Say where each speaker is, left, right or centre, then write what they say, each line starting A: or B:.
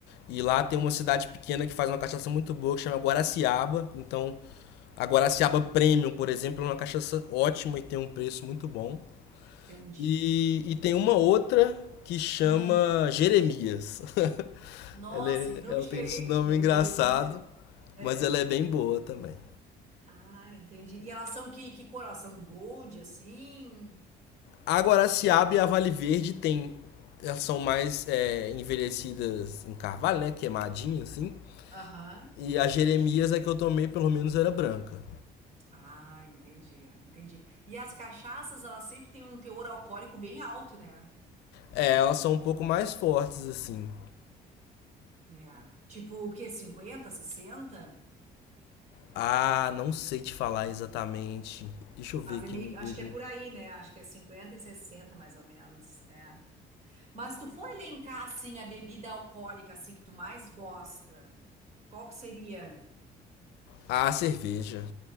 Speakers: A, on the left; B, on the right.
A: E lá
B: Ah,
A: tem uma cidade pequena que faz uma cachaça muito boa, que chama Guaraciaba. Então, a Guaraciaba
B: ah,
A: Premium, por exemplo, é uma cachaça ótima e tem um preço muito bom.
B: entendi.
A: E, e tem uma outra que chama
B: Hum,
A: Jeremias. <laughs>
B: nossa,
A: Ela, é-
B: que nome
A: ela
B: diferente,
A: tem esse nome
B: né?
A: engraçado,
B: Jeremias. É.
A: mas ela é bem boa também.
B: Ah, entendi. E elas são que, que cor? Elas são gold, assim?
A: A Guaraciaba e a Vale Verde tem, elas são mais é, envelhecidas em carvalho, né? Queimadinha, assim.
B: Aham.
A: E a Jeremias, a que eu tomei, pelo menos era branca.
B: Ah, entendi, entendi. E as cachaças, elas sempre têm um teor alcoólico bem alto, né?
A: É, elas são um pouco mais fortes, assim.
B: É. Tipo o quê? cinquenta, 60?
A: Ah, não sei te falar exatamente. Deixa eu ver
B: As
A: aqui
B: é meio-
A: no Google.
B: Acho que é por aí, né? Acho que é 50 e 60 mais ou menos. É. Mas se tu for elencar, assim, a bebida alcoólica, assim, que tu mais gosta, qual que seria?
A: Ah, cerveja.